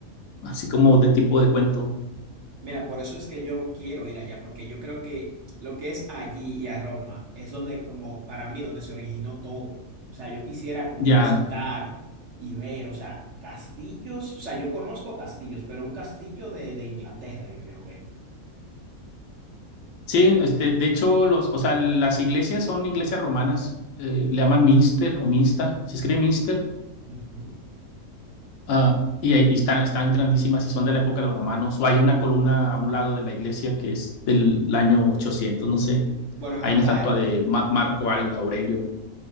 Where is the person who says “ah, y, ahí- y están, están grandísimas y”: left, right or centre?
Left